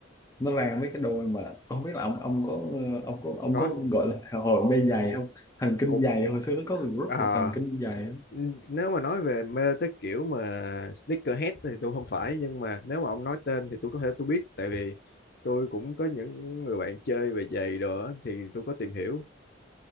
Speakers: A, on the left (about 15°); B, on the left (about 50°).
A: nó ra mấy cái đôi mà không biết là ông ông có ờ, ông có ông
B: có
A: có gọi là hồi mê giày không thần kinh
B: cũng
A: giày hồi xưa nó có người group
B: Ờ,
A: là thần kinh giày á.
B: n- nếu mà nói về mê tới kiểu mà sneakerhead thì tôi không phải nhưng mà nếu mà ông nói tên thì tôi có thể tôi biết tại vì tôi cũng có những người bạn chơi về giày đồ á, thì tôi có tìm hiểu